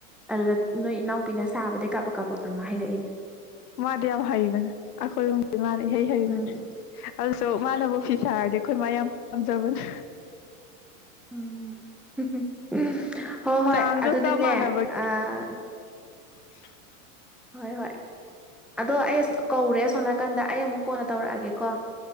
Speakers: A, in the centre; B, on the left (about 85°).
A: ꯑꯗꯨꯗ ꯅꯣꯏ ꯏꯅꯥꯎꯄꯤꯅ ꯁꯥꯕꯗꯩ ꯀꯥꯕꯛ ꯀꯥꯕꯛ ꯇꯝꯃ ꯍꯩꯔꯛꯏꯅꯦ
B: ꯃꯥꯗꯤ ꯌꯥꯝ ꯍꯩꯕꯅꯦ ꯑꯈꯣꯏ ꯍꯝꯗꯩ ꯃꯅꯥ ꯏꯍꯩ ꯍꯩꯕꯥꯅꯦ
A: ꯎꯝ
B: ꯗꯣ ꯃꯅꯥꯕꯨ ꯐꯤ ꯁꯔꯗꯤ ꯑꯈꯣꯏ ꯃꯥ ꯌꯥꯝ ꯄꯥꯝꯖꯕꯅꯦ
A: ꯎꯝ ꯍꯨ ꯍꯨ ꯎꯝ ꯍꯣꯏ ꯍꯣꯏ
B: ꯆꯥꯡꯗꯣ
A: ꯑꯗꯨꯗꯤꯅꯦ
B: ꯆꯞ ꯃꯥꯟꯅꯕꯒꯤ
A: ꯑꯥ
B: <inaudible>
A: ꯍꯣꯏ ꯍꯣꯏ ꯑꯗꯣ ꯑꯩ ꯀꯧꯔꯦ ꯑꯁꯣꯟ ꯅꯥꯀꯟꯗ ꯑꯩ ꯑꯃꯨꯛ ꯀꯣꯟꯅ ꯇꯧꯔꯛꯑꯒꯦꯀꯣ